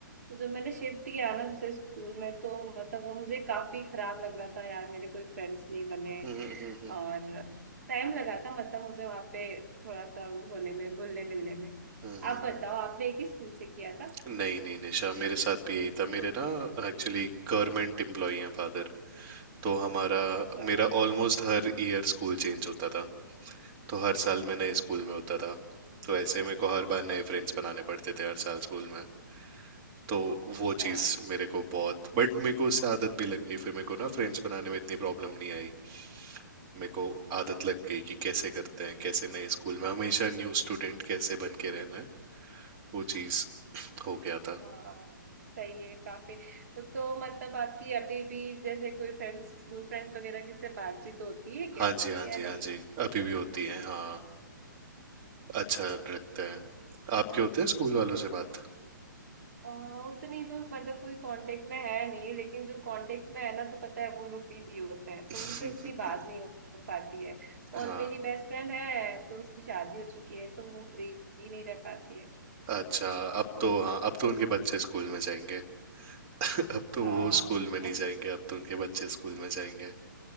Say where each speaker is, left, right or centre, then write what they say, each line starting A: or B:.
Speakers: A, on the right (about 50°); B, on the right (about 25°).
A: तो जब मैंने शिफ्ट किया ना दूसरे स्कूल में तो मतलब वो मुझे काफी खराब लग रहा था यार मेरे कोई फ्रेंड्स नहीं बने
B: हम्म हम्म हम्म,
A: और टाइम लगा था मतलब मुझे वहां पे थोड़ा सा वो होने में घुलने मिलने में
B: हम्म, हम्म।
A: आप बताओ आपने एक ही स्कूल से किया था
B: नहीं नहीं निशा मेरे साथ भी यही था मेरे ना एक्चुअली गवर्नमेंट एम्प्लॉई हैं फादर तो हमारा
A: अच्छा
B: मेरा ऑलमोस्ट हर ईयर स्कूल चेंज होता था तो हर साल मैं नए स्कूल में होता था तो ऐसे मेरे को हर बार नए फ्रेंड्स बनाने पड़ते थे हर साल स्कूल में तो वो
A: हाँ
B: चीज़ मेरे को बहुत बट मेरे को उससे आदत भी लग गई फिर मेरे को ना फ्रेंड्स बनाने में इतनी प्रॉब्लम नहीं आई मेरे को आदत लग गई कि कैसे करते हैं कैसे नए स्कूल में हमेशा न्यू स्टूडेंट कैसे बन के रहना है वो चीज़ हो गया था
A: हाँ सही है काफी तो तो मतलब आपकी अभी भी जैसे कोई फ्रेंड्स स्कूल फ्रेंड्स वगैरह की से बातचीत होती है क्या
B: हाँ जी हाँ
A: या
B: जी
A: नहीं
B: हाँ जी अभी भी होती है हाँ अच्छा रखते हैं आपके होते हैं स्कूल वालों से बात
A: आ, उतनी तो मतलब कोई कांटेक्ट में है नहीं लेकिन जो कांटेक्ट में है ना तो पता है वो लोग बिजी होते हैं
B: <laughs>
A: तो उनसे उतनी बात नहीं हो पाती है और
B: हाँ
A: मेरी बेस्ट फ्रेंड है तो उसकी शादी हो चुकी है तो वो फ्री ही नहीं रह पाती है
B: अच्छा अब तो हाँ अब तो उनके बच्चे स्कूल में जाएंगे <laughs> अब तो
A: हाँ
B: वो स्कूल में नहीं
A: <laughs>
B: जाएंगे अब तो उनके बच्चे स्कूल में जाएंगे